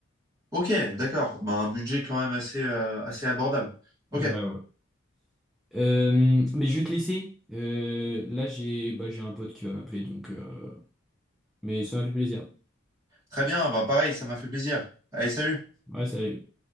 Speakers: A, on the right; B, in the centre.
A: Ok, d'accord. Bah, un budget quand même assez, euh, assez abordable. Ok,
B: Ouais, ouais. Euh, mais je vais te laisser. Euh, là, j'ai bah, j'ai un pote qui va m'appeler, donc. euh, Mais ça m'a fait plaisir.
A: très bien. Bah, pareil, ça m'a fait plaisir. Allez, salut.
B: Ouais, salut.